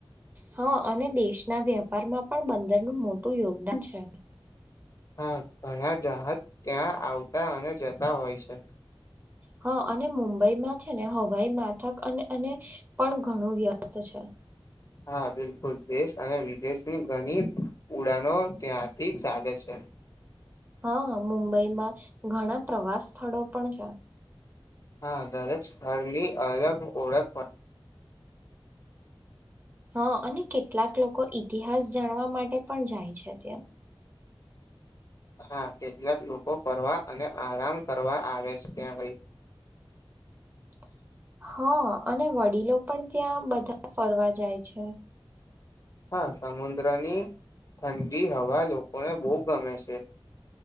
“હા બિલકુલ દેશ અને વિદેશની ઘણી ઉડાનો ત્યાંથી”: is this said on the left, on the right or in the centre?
Left